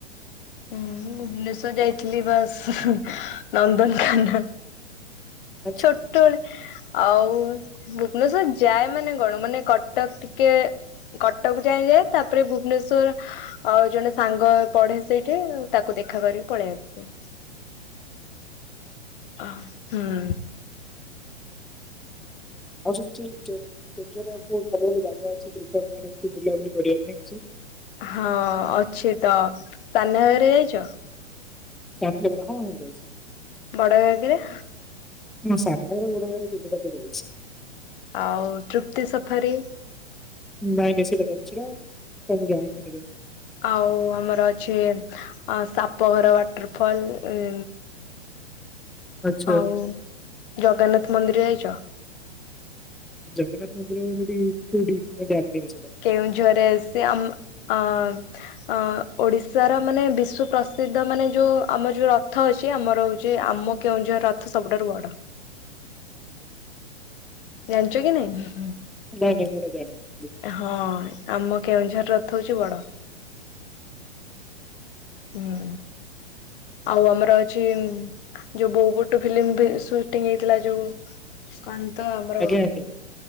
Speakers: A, on the left (about 50°); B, in the centre.
A: ହୁଁ-ମୁଁ ଭୁବନେଶ୍ଵର ଯାଇଥିଲି ବାସ୍ ନନ୍ଦନକାନନ୍।
B: ଆଚ୍ଛା।
A: ଛୋ ଟ ବେଳେ ଆଉ ଭୁବନେଶ୍ଵର ଯାଏ ମାନେ କଣ ମାନେ କଟକ ଟିକେ କଟକ ଯାଏ ଯାଏ ତାପରେ ଭୁବନେଶ୍ୱର ଅ ଜଣେ ସାଙ୍ଗ ପଢ଼େ ସେଇ ରେ, ତାକୁ ଦେଖା କରିକି ପଳେଇ ଆସେ ହ- ହୁଁ।
B: ଆଉ ସେମିତି କେ କେଉଁଝର ରେ ଆଉ କୋଉ ଭଲ ଭଲ ଜାଗା ଅଛି <unintelligible> ଏମତି ବୁଲାବୁଲି କରିବା ପାଇଁ କିଛି?
A: ହଁ ଅଛି ତ ସାନଘାଗାରା ଯାଇଚ?
B: ସାନଘାଗରା ହଁ ମୁଁ ଯାଇଛି।
A: ବଡ଼ଘାଗେରା?
B: ମୋ ସାମ୍ନାରେ <unintelligible> ଜାଇଛି।
A: ଆଉ ତୃପ୍ତି ସଫାରେ?
B: ନାଇଁ <unintelligible>
A: ଆଉ ଆମର ଅଛି, ଆ ସାପଘର ୱାଟରଫଲ୍ ଉଁ
B: ଆଚ୍ଛା
A: ଆଉ ଜଗନ୍ନାଥ ମନ୍ଦିର ଯାଇଛ?
B: ଜଗନ୍ନାଥ ମନ୍ଦିର ସେଠି କୋଉଠି ମୁଁ ଜାଣିନି ସେଇଟା।
A: କେଉଁଝରରେ ସେ ଆମ୍ ଆ ଅ ଓଡିଶାର ମାନେ ବିଶ୍ୱ ପ୍ରସିଦ୍ଧ ମାନେ ଯୋଉ ଆମର ଯୋଉ ରଥ ଅଛି ଆମର ହଉଛି ଆମ କେଉଁଝର ରଥ ସବୁଠାରୁ ବଡ଼। ଜାଣିଛ କି ନାଇଁ।
B: ନାଇଁ ମୁଁ ଏଇଟା ଜାଣିିନଥିଲି। <unintelligible>
A: ହଁ, ଆମ କେଉଁଝର ରଥ ହଉଛି ବଡ। ହୁଁ, ଆଉ ଆମର ଅଛି ଯୋଉ ବୋଉ ବୁଟୁ ଫିଲ୍ମରେ ସୁଟିଂ ହେଇଥିଲା ଯୋଉ କଣ ତ ଆମର
B: ଆଜ୍ଞା ଆଜ୍ଞା